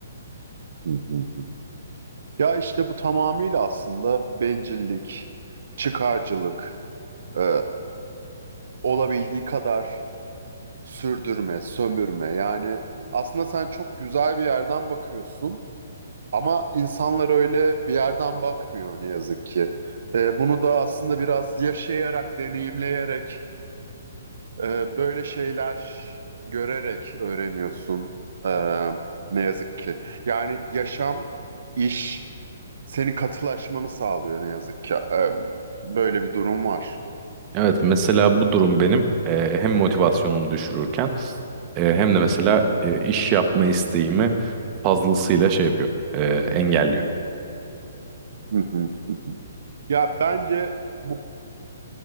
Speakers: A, on the right; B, on the right.
A: hı hı, hı. Ya işte bu tamamıyla aslında bencillik, çıkarcılık, e, olabildiği kadar sürdürme, sömürme. Yani aslında sen çok güzel bir yerden bakıyorsun ama insanlar öyle bir yerden bakmıyor ne yazık ki. E, bunu da aslında biraz yaşayarak, deneyimleyerek Ee, böyle şeyler görerek öğreniyorsun. Ee, ne yazık ki. Yani yaşam, iş seni katılaşmanı sağlıyor ne yazık ki. Ee, böyle bir durum var.
B: Evet mesela bu durum benim e, hem motivasyonumu düşürürken e, hem de mesela
A: Hı
B: e, iş yapma isteğimi fazlasıyla şey yapıyor, e, engelliyor.
A: hı Ya bence bu